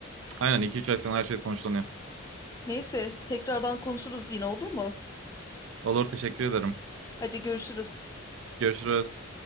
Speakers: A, on the right (about 70°); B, on the left (about 15°).
A: Aynen iki üç ay sonra her şey sonuçlanıyor.
B: Neyse tekrardan konuşuruz yine olur mu?
A: Olur teşekkür ederim.
B: Hadi görüşürüz.
A: Görüşürüz.